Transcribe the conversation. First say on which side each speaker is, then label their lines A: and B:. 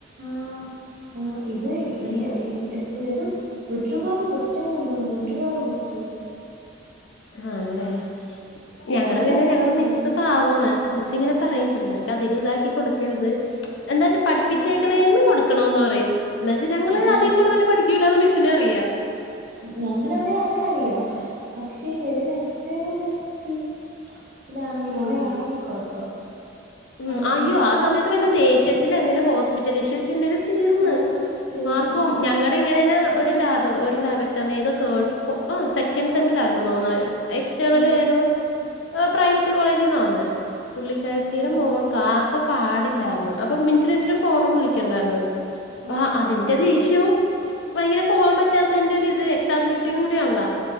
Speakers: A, on the right; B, on the left.
A: ആഹ് ഇത് ഇങ്ങനെ
B: അയ്യോ
A: ഇ ഏതും ഒരുപാട് കൊസ്റ്റ്ൻ കൊണ്ടുവന്നു ഒരുപാട് കൊസ്റ്റൻ
B: ആണല്ലേ ഞങ്ങളടെ
A: ഒരുപാട്
B: പിന്നെ
A: ക്വസ്റ്റ്യൻ
B: ഞങ്ങളടെ
A: കൊണ്ടുവന്നു
B: മിസ്സ് പാവാണ് മിസ്സ് ഇങ്ങനെ പറയും പിള്ളേർക്ക് അധികം ഇതാക്കി കൊടുക്കരുത് എന്താ വെച്ചാ പഠപ്പിച്ചേക്കണന്ന്
A: ആഹ്
B: കൊടു ണന്ന് പറയും എ എന്നാ വച്ചാൽ ഞങ്ങള്ൾ
A: ആഹ്
B: അതിൽ കൂടുതൽ പഠിക്കൂല്ല എന്ന് മിസ്സിനറിയാം
A: ഞങ്ങള എവിടെ അതൊക്കെ അറിയാം പക്ഷേ ഇ വരെ നെക്സ്റ്റ്ണല്ത്തി ഇതാണെങ്കി മൊട്ടആണെങ്കി
B: ഉം
A: കൊഴപ്പ
B: ഉം
A: അ
B: അയ്യോ
A: എന്നിട്ട്
B: ആ സമയത്ത് വല്ല ദേശത്തിൽ
A: ഉം
B: എന്തെങ്കിലും ഹോസ്പിറ്റല് ഇഷ്യു ക്കെ ഉണ്ടെങ്കില് തീർന്ന്
A: ആഹ് തീർന്ന്
B: മാർക്ക് പോവും ഞങ്ങളുടെ ഇങ്ങനെന്നെ ഒരു ലാബ്ഒരു ലാബ് എക്സാമിന് ഏതോ തേട്
A: ആഹ്
B: ഫോം ആ സെക് സെക്കന്റ് സെമ്മിലാണ്ആണ് നാ തോന്നണെ എക്സ്റ്റേണൽ
A: ആഹ്
B: ഏതോ പ്രൈവറ്റ് കോളേജ്ന്ന് വന്നെ പുള്ളിക്കാരത്തിടെ
A: ആഹ്
B: മോൾക്ക് ആർക്കോ പാടില്ലായിരുന്ന് അപ്പൊ മിനിറ്റ് ന് മിനിറ്റിന് ഫോണും വിളിക്കണ്ടായിന്ന് അപ്പ
A: ആഹ്
B: അതിന്റെ ദേഷ്യവും ഭയങ്കര പോവാൻ പറ്റാത്തതിന്റെ ഒരു ഇത് എക്സാം ഡ്യൂട്ടിയും കൂടി ആണല്ലോ